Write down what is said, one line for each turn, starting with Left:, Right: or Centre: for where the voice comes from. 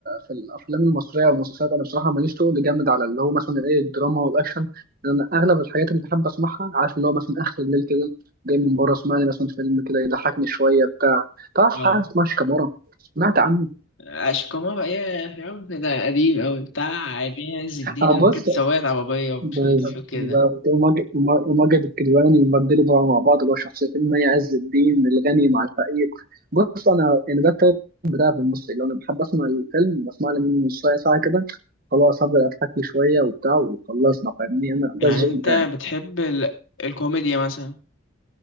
Right: في الافلام المصريه والمسلسلات انا بصراحه ماليش تقل جامد على اللي هو مثلا ايه الدراما والاكشن لان انا اغلب الحاجات اللي بحب اسمعها عارف اللي هو مثلا اخر الليل كده جاي من بره اسمع لي مثلا فيلم كده يضحكني شويه بتاع تعرف حاجه
Left: اه
Right: اسمها شيكامورا سمعت عنه
Left: أشكومارا يا يا رب ده قديم أوي بتاع عين عز الدين
Right: أنا
Left: اللي
Right: بص
Left: كانت سواقة عربية ومش
Right: بالظبط
Left: عارف إيه وكده
Right: وماجد وما- وماجد الكدواني يبدلوا بقى مع بعض اللي هو شخصيتين مي عز الدين الغني مع الفقير بص انا يعني ده التايب بتاعي في المصري لو انا بحب اسمع الفيلم بسمع لي منه نص ساعه ساعه كده خلاص هفضل اضحك لي شويه وبتاع وخلصنا فاهمني انا ده
Left: يعني
Right: الذوق
Left: أنت
Right: بتاعي
Left: بتحب ال... الكوميديا مثلا